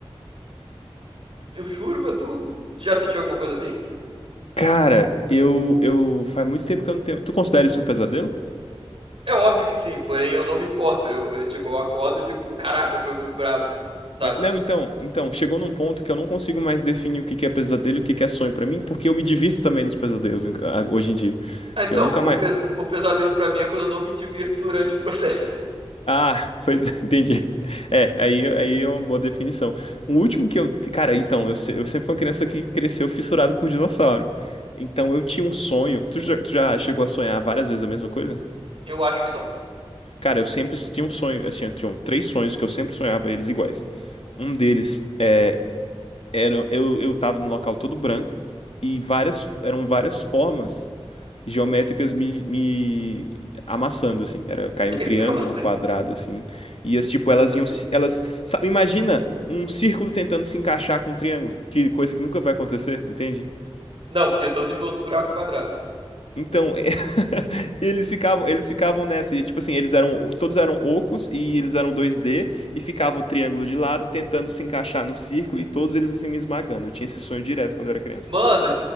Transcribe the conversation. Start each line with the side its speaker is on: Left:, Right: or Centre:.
Right: Eu juro pra tu. Tu Já sentiu alguma coisa assim?
Left: Cara, eu, eu, faz muito tempo que eu não tenho. Tu considera isso um pesadelo?
Right: É óbvio que sim, porém eu não me importo. Eu, eu, tipo, eu acordo e fico, caraca, foi muito brabo, sabe?
Left: É, Não, então, então, chegou num ponto que eu não consigo mais definir o que que é pesadelo e o que que é sonho pra mim, porque eu me divirto também nos pesadelos em- a- hoje em dia.
Right: Ah,
Left: Porque
Right: Então,
Left: eu nunca
Right: o,
Left: mais,
Right: pes- o pesadelo pra mim é quando eu não me divirto durante o processo. <laughs>
Left: Ah, pois <laughs> entendi. É, aí, aí é uma boa definição. O último que eu. Cara, então, eu, se- eu sempre fui uma criança que cresceu fissurado por dinossauro. Então eu tinha um sonho. Tu já, tu já chegou a sonhar várias vezes a mesma coisa?
Right: Eu acho que não.
Left: Cara, eu sempre tinha um sonho. Assim, eu tinha um, três sonhos que eu sempre sonhava eles iguais. Um deles é, era. Eu, eu tava num local todo branco e várias, eram várias formas geométricas me, me amassando, assim. Era cair
Right: <laughs>
Left: um triângulo,
Right: Como assim?
Left: um quadrado, assim. E as, tipo, elas
Right: Assim,
Left: iam. se- Elas. Sabe, imagina um círculo tentando se encaixar com um triângulo. Que coisa que nunca vai acontecer, entende?
Right: Não, porque todos vão no buraco quadrado.
Left: Então, <laughs> é, eles ficavam, eles ficavam nessa, e tipo assim, eles eram, todos eram ocos e eles eram dois d e ficava o triângulo de lado tentando se encaixar no círculo e todos eles assim me esmagando. Eu tinha esse sonho direto quando eu era criança.
Right: Mano,